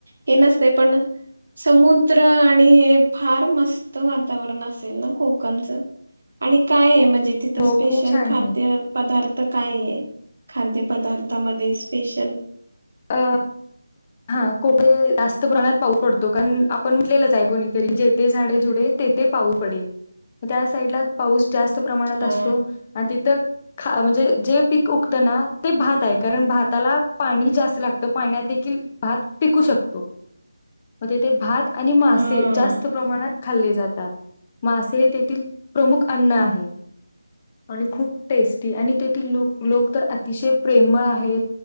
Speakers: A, on the right; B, on the left.
A: हे नसतय पण समुद्र आणि हे फार मस्त वातावरण असेल ना कोकणच आणि कायये म्हण <unintelligible> तिथ
B: हो
A: स्पेशल
B: खूप छान
A: खाद्य
B: आहे.
A: पदार्थ काय ये खाद्यपदार्थामध्ये स्पेशल
B: आ हा को जास्त प्रमाणात पाऊस पडतो कारण आपण म्हटलेलच आहे कोणीतरी जथे झाडे झुडे तेथे पाऊस पडे त्या साईडला पाऊस जास्त प्रमाणात
A: हा
B: असतो आणि तिथ ख म्हणजे जे पीक उगत ना ते भात आहे कारण भाताला पाणी जास् लागत पाण्यात देखील भात पिकू शकतो मग तेथे भात आणि मासे
A: हा.
B: जास्त प्रमाणात खाल्ले जात तात मासे हे तेथील प्रमुख अन्न आहे आणि खूप टेस्टी आणि तेथील ल लोक तर अतिशय प्रेमळ आहेत